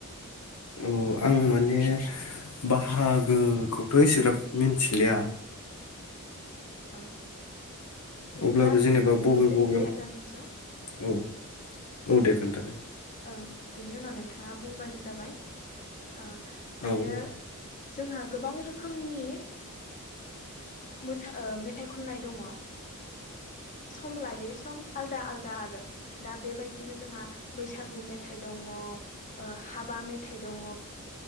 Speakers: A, on the left (about 80°); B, on the left (about 35°).
A: औ आं माने बाहागोखौथ' एसेग्राब मिथिलिया।
B: ओं बिदिब्ला
A: अब्लाबो
B: आं नोंनो
A: जेनेबा
B: खोन्थानोसै
A: बबे बबेयाव
B: एसे आं जा मिथिगौ
A: औ औ
B: ओं
A: दे खोन्थादो।
B: ओं बिनि उनाव नोंथाङा बुंबानो जाबाय। ओ दायो
A: औ औ
B: जोंहा गोबां रोखोम रोखोमनि मोसा मेथाइ खननाय दङ। सम लायै सम आलदा आलदा आरो दा बेबायदिनो जोंहा बैसागु मेथाइ दङ ओ हाबा मेथाइ दङ